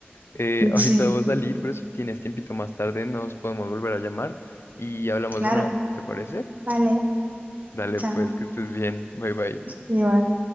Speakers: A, on the left (about 80°); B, on the right (about 40°).
A: Eh, ahorita
B: Sí,
A: debo salir, pero si tienes tiempito más tarde, nos podemos volver a llamar y hablamos
B: claro.
A: de nuevo, ¿te parece?
B: Vale,
A: Dale,
B: chao.
A: pues, que estés bien. Bye, bye.
B: Igual.